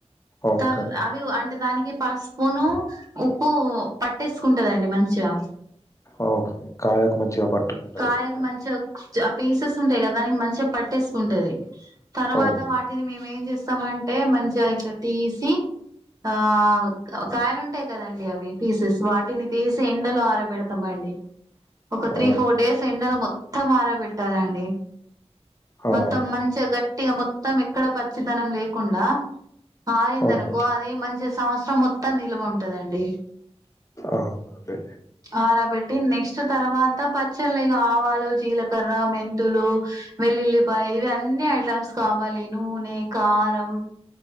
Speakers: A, on the left (about 25°); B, on the right (about 35°).
A: ఓకే
B: తవ్ అవి అంటే దానికి. పాస్పూను ఉప్పు పట్టేసుకుంటదండి మంచిగా.
A: ఓహో కాయకు మంచిగా పట్టుకుంటాది
B: కాయకు మంచిగా ఆ పీసెస్ ఉంటాయి కదా. దానికి మంచిగా పట్టేసుకుంటది తర్వాత
A: ఓకే
B: వాటి. మేము ఏం చేస్తామంటే మంచిగా ఇట్లా తీసి. ఆ కాయలుంటాయి కదండి అవి పీసెస్ వాటిని తీసి ఎండలో ఆర. పెడతామండి. ఒక Three
A: ఆ!
B: four days. ఎండలో మొత్తం ఆరాబెట్టాలండి
A: అవును.
B: మొత్తం మంచిగా గట్టిగా మొత్తం. ఎక్కడ పచ్చితనం లేకుండా ఆరిందనుకో
A: ఓకే
B: అది మంచిగా సంవత్సరం మొత్తం నిల్వ ఉంటందండి
A: అవునండి
B: ఆరాబెట్టి నెక్స్ట్ తర్వాత పచ్చళ్ళ ఇక ఆవాలు జీలకర్ర మెంతులు వెల్లుల్లిపాయ ఇవి అన్నీ ఐటమ్స్ కావాలి. నూనే కారం.